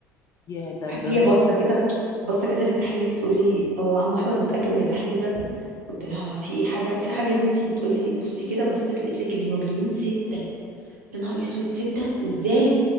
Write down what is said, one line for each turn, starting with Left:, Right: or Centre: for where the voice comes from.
Left: يا ده ده
Right: هي
Left: النص
Right: باصه كده باصه كده للتحليل بتقول لي هو عمو احمد متاكد من التحليل ده قلت لها في ايه حاجه في حاجه يا بنتي بتقول لي بصي كده بصيت لقيت لك الهيموجلوبين سته يا نهار اسود ستة ازاي